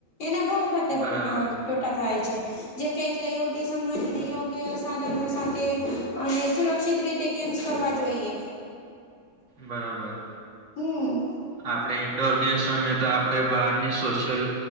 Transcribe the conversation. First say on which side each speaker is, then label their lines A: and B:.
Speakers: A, on the left (about 70°); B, on the right (about 75°).
A: એના બઉ હત
B: બરાબર
A: અહ ટોટા થાય છે. જેમકે, એટલે યોગ્ય સમય અને યોગ્ય સાધનો સાથે અને સુરક્ષિત રીત તે ગેમ્સ કરવા જોઈએ.
B: બરાબર.
A: હમ્મ.
B: આપડે ઇન્ડોર ગેમ્સ રમે તો આપડે બહારની સોશિયલ